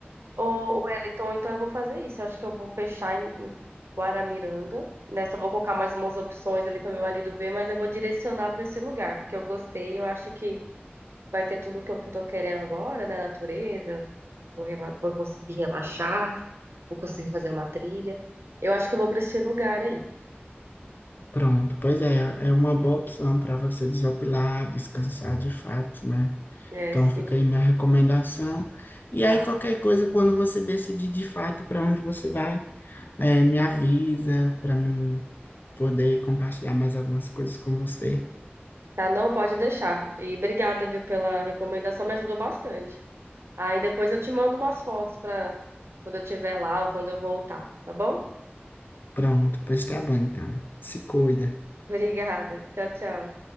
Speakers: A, on the right; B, on the left.
A: Ô, Wellington, então eu vou fazer isso. Eu acho que eu vou fechar em, em Guaramiranga, né? Só vou colocar mais umas opções ali para meu marido ver, mas eu vou direcionar para esse lugar, porque eu gostei. Eu acho que vai ter tudo que eu, que eu tô querendo agora, né? Natureza, vou, rela- vou conseguir relaxar, vou conseguir fazer uma trilha. Eu acho que eu vou para esse lugar aí.
B: Pronto, pois é, é uma boa opção para você desopilar, descansar de fato, né?
A: É,
B: Então
A: sim,
B: fica aí minha recomendação. E aí
A: tá.
B: qualquer coisa, quando você decidir de fato para onde você vai, eh, me avisa para mim poder compartilhar mais algumas coisas com você.
A: Tá, não pode deixar. E obrigada, viu, pela recomendação, me ajudou bastante. Aí depois eu te mando umas fotos para quando eu estiver lá ou quando eu voltar, tá bom?
B: Pronto, pois tá bom então. Se cuida.
A: Obrigada. Tchau, tchau.